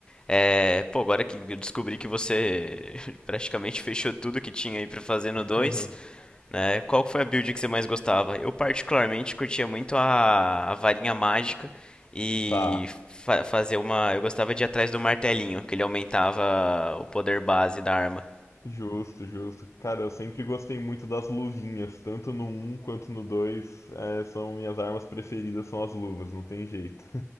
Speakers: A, on the left; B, on the left.
A: É, pô, agora que eu descobri que você <laughs> praticamente fechou tudo que tinha aí pra fazer no 2,
B: <laughs>
A: né? Qual foi a build que você mais gostava? Eu particularmente curtia muito a, a varinha mágica e
B: Tá.
A: fa- fazer uma, eu gostava de ir atrás do martelinho, que ele aumentava o poder base da arma.
B: Justo, justo. Cara, eu sempre gostei muito das luvinhas, tanto no um quanto no 2. é, são minhas armas preferidas, são as luvas, não tem jeito.